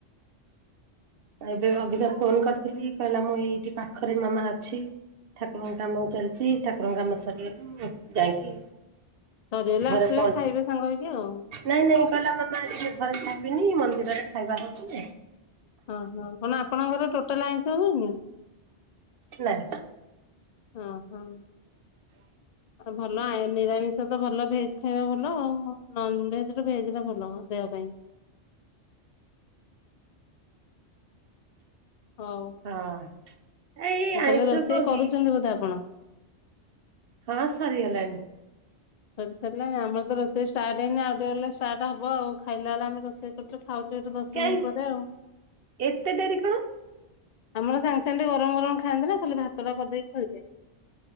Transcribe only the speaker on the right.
ଏବେ ଅବିକା ଫୋନ କରିଥିଲି, କହିଲା ମୁଁ ଏଇଠି ପାଖରେ ମାମା ଅଛି ଠାକୁରଙ୍କ କାମ ଚାଲଚି ଠାକୁରଙ୍କ କାମ ସରିଗଲେ ମୁଁ ଯାଇକି
ଘରେ
ପହଞ୍ଚି,
ନାଇଁ ନାଇଁ। କହିଲା ମାମା ଆଜି ଘରେ ଖାଇବିନି ମନ୍ଦିରରେ ଖାଇବା ହଉଚି
ନା।
ହ
ହଁ ଏଇ ଆଇଁଷ
କଣ କି?
ହଁ ସରି ଗଲାଣି।
କାଇଁ
ଏତେ ଡେରି କଣ?